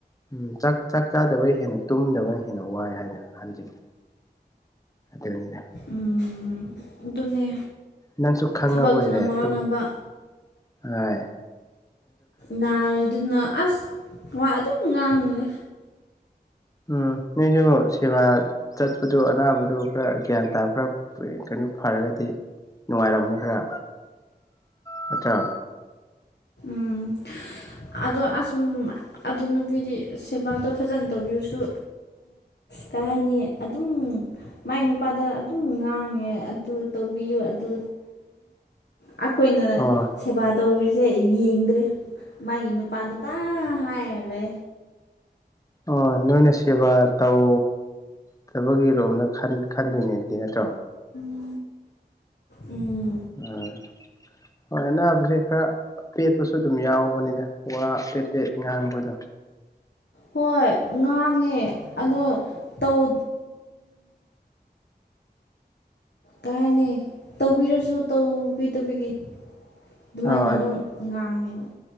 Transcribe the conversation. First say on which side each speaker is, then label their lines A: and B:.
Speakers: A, on the left; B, on the left.
A: ꯎꯝ ꯆꯥꯛ ꯆꯥꯛ ꯆꯥꯗꯕ ꯍꯦꯟꯅ ꯇꯨꯝꯗꯕꯅ ꯍꯦꯟꯅ ꯋꯥꯏ ꯍꯥꯏꯗꯅ ꯍꯟꯖꯉꯤ ꯑꯗꯅꯤꯗ
B: ꯎꯝ ꯑꯗꯨ ꯑꯗꯨꯅꯦ
A: ꯅꯪꯁꯨ ꯈꯪꯉꯕ
B: ꯊꯕꯛꯇꯨꯅ
A: ꯑꯣꯏꯔꯦ
B: ꯃꯔꯣꯟ
A: ꯇꯨꯡ
B: ꯑꯃ
A: ꯍꯥꯏ
B: ꯅꯥꯔꯤꯗꯨꯅ ꯑꯁ ꯋꯥ ꯑꯗꯨꯝ ꯉꯥꯡꯉꯦ
A: ꯎꯝ ꯅꯣꯏꯁꯨ ꯁꯦꯕꯥ ꯆꯠꯄꯗꯨ ꯑꯅꯥꯕꯗꯨ ꯈꯔ ꯒ꯭ꯌꯥꯟ ꯇꯥꯕ ꯈꯔ ꯐꯔꯒꯗꯤ ꯅꯨꯡꯉꯥꯏꯔꯝꯅꯤ ꯈꯔ ꯅꯠꯇ꯭ꯔꯣ
B: ꯎꯝ ꯑꯗꯣ ꯑꯁ ꯑꯗꯨ ꯅꯨꯄꯤꯗꯤ ꯁꯦꯕꯥꯗꯣ ꯐꯖꯅ ꯇꯧꯕꯤꯔꯁꯨ ꯀꯩ ꯍꯥꯏꯅꯤ ꯑꯗꯨꯝ ꯃꯥꯏ ꯅꯨꯄꯥꯗ ꯑꯗꯨꯝ ꯉꯥꯡꯉꯦ ꯑꯗꯨ ꯇꯧꯕꯤꯌꯨ ꯑꯗꯨ ꯑꯩꯈꯣꯏꯅ
A: ꯑꯣ
B: ꯁꯦꯕꯥ ꯇꯧꯕꯤ ꯁꯦ ꯑꯩ ꯌꯦꯡꯗ꯭ꯔꯦ ꯃꯒꯤ ꯅꯨꯄꯥꯗꯨ ꯇꯥ ꯍꯥꯏꯔꯂꯦ
A: ꯑꯣ ꯅꯣꯏꯅ ꯁꯦꯕꯥ ꯇꯧ ꯊꯕꯛꯒꯤꯔꯣꯝꯗ ꯈꯟꯗꯣꯏꯅꯦꯗꯤ ꯅꯠꯇ꯭ꯔꯣ
B: ꯎꯝ ꯎꯝ
A: ꯎꯝ ꯍꯣꯏ ꯑꯕꯖꯤ ꯈꯔ ꯑꯄꯦꯠꯄꯁꯨ ꯑꯗꯨꯝ ꯌꯥꯎꯕꯅꯤꯗ ꯋꯥ ꯑꯄꯦꯠꯄꯦꯠ ꯉꯥꯡꯕꯗꯣ
B: ꯍꯣꯏ ꯉꯥꯡꯉꯦ ꯑꯗꯣꯧ ꯀꯥꯏꯅꯤ ꯇꯧꯕꯤꯔꯁꯨ ꯇꯧꯕꯤꯗꯕꯒꯤ ꯑꯗꯨꯃꯥꯏꯅ
A: ꯑꯥ
B: ꯑꯗꯨꯝ ꯉꯥꯡꯉꯦꯕ